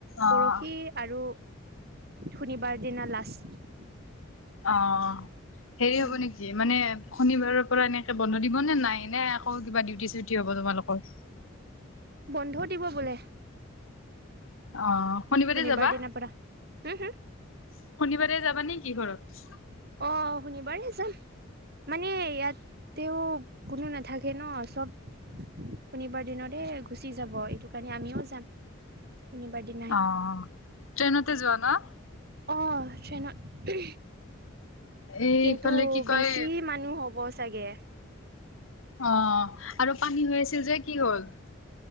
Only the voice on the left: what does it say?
অ
অ', হেৰি
হ'ব নেকি? মানে শনিবাৰৰ পৰা এনেকে বন্ধ দিব নে নাই নে আকৌ কিবা ডিউটি চিউটি হব তোমালোকৰ?
অ', শনিবাৰে
যাবা,
শনিবাৰে যাবা নে কি ঘৰত?
অ', ট্ৰেইনতে যোৱা ন?
এইফালে
কি কয়
অ', আৰু পানী হৈ আছিল যে কি হ'ল?